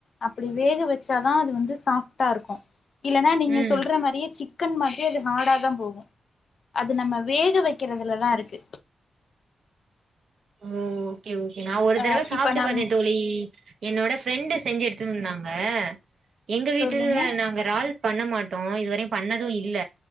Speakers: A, on the left (about 50°); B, on the right (about 55°).
A: அப்படி வேக வெச்சாதா அது வந்து சாஃப்டா இருக்கு இல்லன்னா நீங்க
B: ம்
A: சொல்ற மாரியே சிக்கன் மாதிரி அது ஹார்டாதா போகு அது நம்ம வேக வெக்கறதுலதா இருக்கு.
B: ஓ ஓகே ஓகே நா ஒரு
A: அ
B: தடவ சாப்ட்டு
A: இப்ப நம்
B: பாத்தே தோழி என்னோட ஃப்ரெண்டு செஞ்சு எடுத்து வந்துருந்தாங்க எங்க வீட்டுல
A: சொல்லுங்க
B: நாங்க றால் பண்ண மாட்டோ இதுவரையு பண்ணது இல்ல